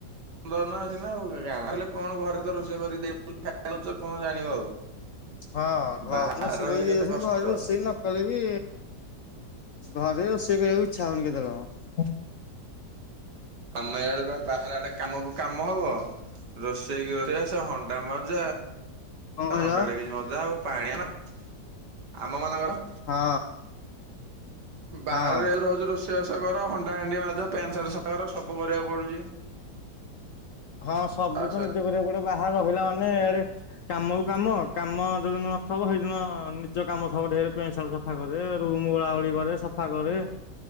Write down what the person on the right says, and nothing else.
ଦ ନା ଆସି ନା ଆଉ ଗାଁ କଲେ କଣ ଘରେ ତ ରୋଷେଇ କରିଦଉଛ କଣ ଜାଣିବ ଆଉ।
ବାହାରେ
ରହିଲେ
କେତେ କଷ୍ଟ।
ଆମେ ଇଆଡ଼େ ବାହାରେ ଆଡେ କାମକୁ କାମ ହବ ରୋଷେଇକି ରୋଷେଇ ସବୁ ହଣ୍ଡା ମଜା।
ହଣ୍ଡା ଡେକ୍ଚି ମଜା ହବ ପାଣି ଆଣିବାର ଆମ ମାନଙ୍କର
ବାହାରେ
<unintelligible> ରୋଷେଇବାସ କର, ହଣ୍ଡା ହଣ୍ଡି ମାଜ ପ୍ୟାଣ୍ଟ ସାର୍ଟ ସଫାକର ସବୁ କରିବାକୁ ପଡୁଚି।
ସହିତ